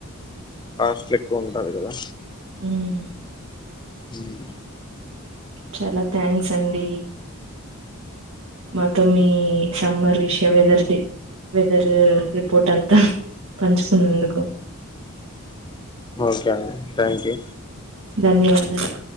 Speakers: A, on the left (about 20°); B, on the right (about 70°).
A: కాస్ట్ ఎక్కువ ఉంటది కదా
B: హ్మ్
A: హ్మ్
B: చాలా థ్యాంక్స్ అండీ మొత్తం మీ సమ్మర్ విషయం వెదర్ ది వెదర్ ర్ రిపోర్ట్ అంతా పంచుతున్నందుకు
A: ఓకే అండి థ్యాంక్ యూ
B: ధన్యవాదాలు